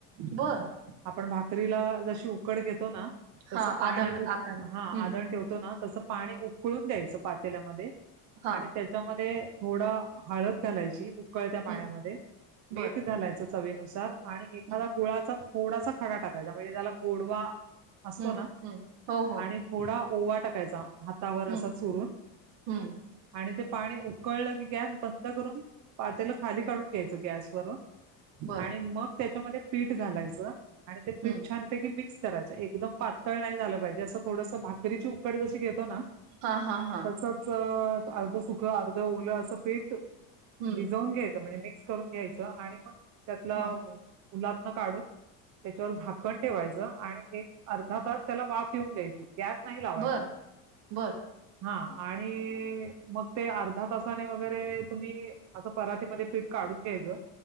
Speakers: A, on the right (about 70°); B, on the right (about 45°).
A: बरं.
B: आपण भाकरीला जशी उकड घेतो ना,
A: हां,
B: तस पाणी
A: आधार
B: उक
A: आधार.
B: हा
A: हं.
B: आदण ठेवतो ना, तसं पाणी उकळून द्यायचं पातेल्यामध्ये.
A: हां.
B: आणि त्याच्यामध्ये. थोडा हळद घालायची उकळत्या पाण्यामध्ये
A: हं. बरं.
B: मीठ झालायचं चवीनुसार आणि एखादा
A: हं,
B: गुळाचा थोडासा खडा टाकायचा म्हणजे त्याला गोडवा असतो
A: हं,
B: ना
A: हं. हो, हो.
B: आणि थोडा ओवा टाकायचा हातावर
A: हं,
B: असा चरून
A: हं.
B: आणि ते पाणी कळलं की गॅस बंद करून पातेला खाली काढून घ्यायच गॅस वरून
A: बरं.
B: आणि मग त्याच्यामध्ये पीठ घालायचं आणि ते पीठ
A: हं.
B: छानपैकी मिक्स करायच एकदम पातळ नाही झालं पाहिजे असं थोडस भाकरीची उकड जशी घेतो ना
A: हां, हां, हां.
B: तसच ता सुख आ ओलं असं पेट
A: हं.
B: भिजवून घ्यायचं म्हणजे मी करून घ्यायचं आणि मग त्यातला
A: हां.
B: उ काढून त्याच्यावर झाकण ठेवायच आणि एक अर्धा तास त्याला वाफ ऊन दयची गॅस नाही लावाच
A: बरं, बरं.
B: हा आणि मग ते अर्धा ससाने वगैरे तुम्ही असं पररााती म पीठ काढून घ्यायचं